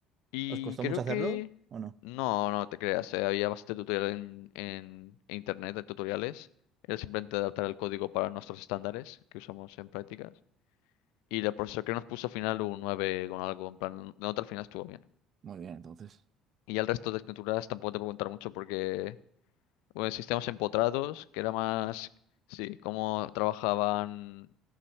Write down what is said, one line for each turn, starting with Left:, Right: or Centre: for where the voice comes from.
Left: Y
Right: ¿Os costó
Left: creo
Right: mucho hacerlo
Left: que...
Right: o no?
Left: No, no te creas, eh, había bastante tutorial en, en internet, de tutoriales. Era simplemente adaptar el código para nuestros estándares que usamos en prácticas. Y el profesor que nos puso al final un 9 con algo, en plan, la nota al final estuvo bien.
Right: Muy bien, entonces.
Left: Y ya el resto de asignaturas tampoco te puedo contar mucho porque... Bueno, sistemas empotrados, que era más... Sí, cómo trabajaban...